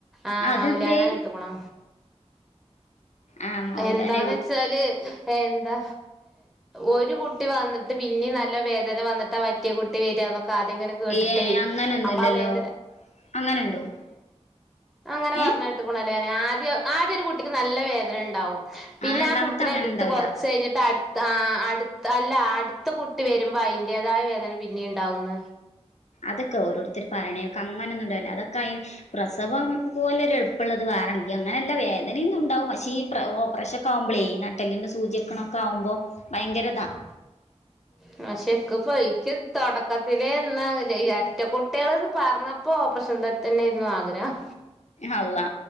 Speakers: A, in the centre; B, on the left.
A: ആഹ്
B: അതെന്തേ
A: മൗലാനാ കെട്ടിക്കണോ
B: ആഹ് മൗലാന
A: എന്താന്ന്
B: എവി
A: വെച്ചാല് എന്താ ഒരു കുട്ടി വന്നിട്ട് പിന്നീ നല്ല വേദന വന്നിട്ടാ പറ്റിയ കുട്ടി വരിക എന്നൊക്കെ കാതെങ്ങനെ കേട്ട്
B: ഏ അങ്ങനൊന്നുല്ലല്ലോ
A: അപ്പ വേദ
B: അങ്ങനെണ്ടോ
A: അങ്ങനെ പറട്ട
B: ഏ
A: അെ ആദ്യ ആദ്യ ഒരു കുട്ടിക്ക് നല്ല വേദന ഉണ്ടാവും പിന്നെ
B: രണ്ടാമത്തെ
A: ആ കൂട്ടിനെ
B: അങ്ങനെ
A: എടുത്ത്
B: ഉണ്ടാവൂല
A: കുറച്ച് കഴിഞ്ഞിട്ട് അ ആ അടു അല്ല അടുത്ത കുട്ടി വരുമ്പോ അയിന്റേതായ വേദന പിന്നെ ഉണ്ടാവുന്ന
B: അതൊക്കെ ഓരോരുത്തർ പറയണക്ക അങ്ങനെ ഒന്നുംണ്ടാവല്ലോ അതൊക്കെ അ പ്രസവം പോലെ ഒരുരു എളുമുള്ളള്ളത് വേറല്ല അങ്ങനെല്ല വേദനയും ഇതുണ്ടാവും പക്ഷേ ഈ ഓപ്പറേഷൻ ഒക്ക ആകുമ്പോളേ ഈ നട്ടലിന്ന് സൂചക്കണൊക്കെ ആകുമ്പോ ഭയങ്കരതാണ്
A: പക്ഷെക്ക പയിക്ക് തുടക്കത്തിലേ ഒറ്റ കുട്ടികൾ പറഞ്ഞപ്പോ പ്രശന്ത തന്നെയായിരുന്നു ആഗ്രഹം
B: അല്ലാ